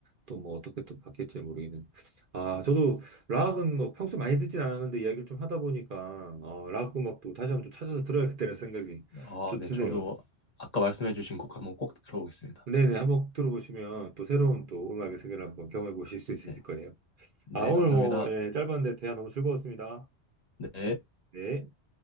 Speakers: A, on the right; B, on the left.
A: 또 뭐 어떻게 또 바뀔지 모르겠는. 아, 저도 락은 뭐 평소에 많이 듣진 않았는데 이야기를 좀 하다 보니까 어, 락 음악도 다시 한번 좀 찾아서 들어야겠다는 생각이
B: 아,
A: 좀
B: 네.
A: 드네요.
B: 저도 아까 말씀해 주신 곡 한번 꼭 들어보겠습니다.
A: 네네, 한번 들어보시면 또 새로운 또 음악의 세계를 한번 경험해 보실 수 있으실
B: 네.
A: 거예요.
B: 네,
A: 아, 오늘
B: 감사합니다.
A: 뭐, 예, 짧았는데 대화 너무 즐거웠습니다.
B: 네.
A: 네.